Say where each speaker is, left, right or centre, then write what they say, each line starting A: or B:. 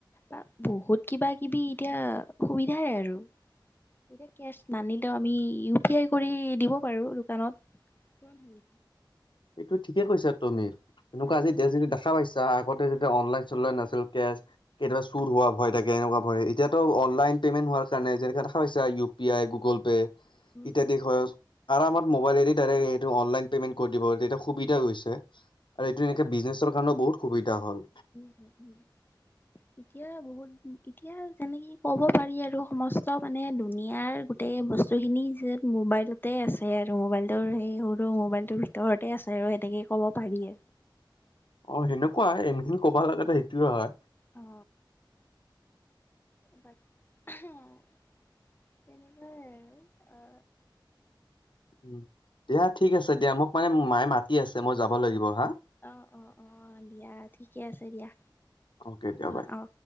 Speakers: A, on the left; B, on the left.
A: তাত বহুত কিবা -কিবি এতিয়া সুবিধাই আৰু। এতিয়া, কেচ নানিলেও আমি ইউ পি আই কৰি দিব পাৰো দোকানত। কোন হি
B: সেইটো ঠিকে কৈছা তুমি, তেনেকুৱা
A: আজিকালি
B: আজি যদি দেখা পাইছা আগতে যদি অনলাইন চনলাইন নাছিল। তেতিয়া চুৰ হোৱা ভয় থাকে এনেকুৱা ভয়, এতিয়াতো অনলাইন পেমেন্ট হোৱাৰ কাৰণে যেনে হৈ ছা U P I, Google Pay.
A: উম
B: ইত্যাদি হয়। আৰু মোবাইল এদি সটো অনলাইন পেমেণ্ট কৰি দিব। এটা সুবিধা হৈছে আৰু এইটো
A: এতিয়া
B: এনেকে বিজনেছৰ কাৰণে বহুত সুবিধা হ'ল।
A: উম হম উম। এতিয়া বহুত এতিয়া যেনেকি ক'ব পাৰি আৰু সমস্ত মানে দুুনিয়াৰ, গোটেই বস্তু খিনি যত মোবাইলতে আছে আৰু মোবাইলতটো সেই সৰু মোবাইলটোৰ ভিতৰতে আছে। আৰু এনেকেই ক'ব পাৰি।
B: অ সেনেকুৱাই, এখিনি কবা লগাতে সেইটোয়ে হয়।
A: অ। বাট তেনেকুৱাই আৰু অ।
B: উম দিয়া ঠিক আছে দিয়া, মোক মানে মায়ে মাতি আছে মই যাব লাগিব। হা
A: অ অ অ। অ দিয়া ঠিকে আছে দিয়া
B: অকে দিয়া
A: যোৱা
B: বাই।
A: অ।